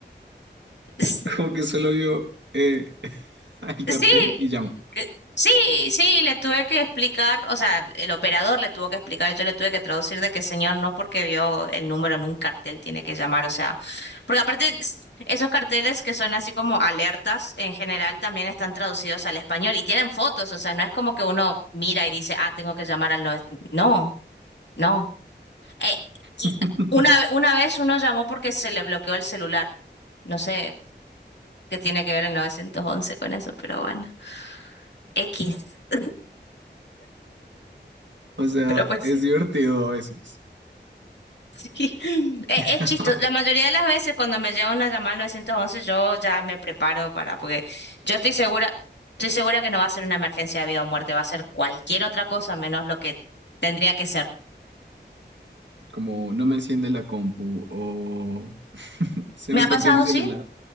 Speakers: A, on the left; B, on the right.
A: S-
B: Como que solo vio eh, <laughs> el cartel
A: Sí,
B: y llamó.
A: eh, sí, sí, le tuve que explicar, o sea, el operador le tuvo que explicar, yo le tuve que traducir de que señor no porque vio el número en un cartel tiene que llamar, o sea, porque aparte s- esos carteles que son así como alertas en general también están traducidos al español y tienen fotos, o sea, no es como que uno mira y dice, ah, tengo que llamar al 911, no, no. eh, y
B: <laughs>
A: una, una vez uno llamó porque se le bloqueó el celular. No sé qué tiene que ver el 911 con eso, pero bueno. X. <laughs>
B: O sea,
A: Pero pues
B: es
A: sí.
B: divertido
A: <laughs>
B: a veces.
A: Sí. E-
B: <laughs>
A: Es, chistoso. La mayoría de las veces cuando me llega una llamada al 911 yo ya me preparo para, porque yo estoy segura, estoy segura que no va a ser una emergencia de vida o muerte, va a ser cualquier otra cosa menos lo que tendría que ser.
B: Como no me enciende la compu o se
A: ¿Me
B: me
A: ha
B: partió
A: pasado?
B: mi celular.
A: Sí,